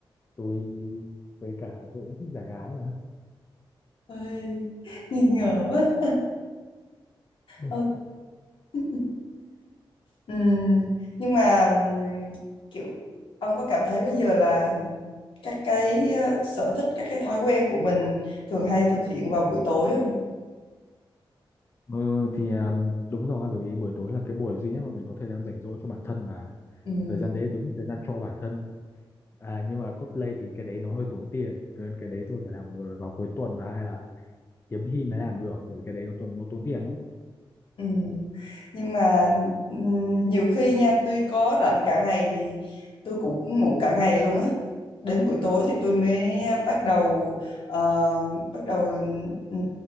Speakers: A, on the left; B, on the left.
A: tôi với cả tôi cũng thích giả gái mà
B: ơi, nghi ngờ quá.
A: Ừ.
B: Ờ, <laughs> ừm, nhưng mà ừm, kiểu ông có cảm thấy bây giờ là các cái ờ, sở thích, các cái thói quen của mình thường hay thực hiện vào buổi tối
A: Ừ thì um, đúng rồi bởi vì buổi tối là cái buổi duy nhất mà mình có thời gian rảnh rỗi cho bản thân mà
B: không?
A: thời gian đấy đúng là thời gian cho bản thân à nhưng mà cosplay thì cái đấy nó hơi tốn tiền cho nên cái đấy tôi phải làm vào, vào cuối tuần và hay là hiếm khi mới làm được bởi vì cái đấy nó tốn nó tốn tiền lắm
B: Ừ. Nhưng mà ừ, nhiều khi nha tôi có rảnh cả ngày thì tôi cũng ngủ cả ngày luôn á đến buổi tối thì tôi mới bắt đầu ờ, bắt đầu ừ,